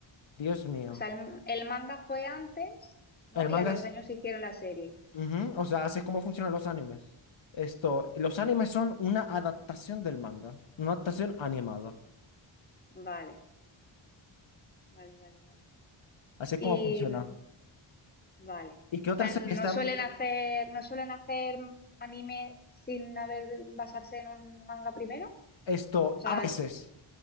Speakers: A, on the left; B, on the left.
A: Dios mío.
B: o sea, el, el manga fue antes, ¿no?
A: El manga
B: Y a los
A: es
B: años hicieron la serie.
A: Ujú, O sea, así es como funcionan los animes. Esto, los animes son una adaptación del manga, una adaptación animada.
B: Vale, vale, vale, vale.
A: Así es
B: Y
A: como funciona.
B: mm, vale.
A: ¿Y qué otras
B: O sea, no
A: series están?
B: suelen hacer, no suelen hacer anime sin haber basarse en un manga primero.
A: Esto,
B: O sea,
A: a veces,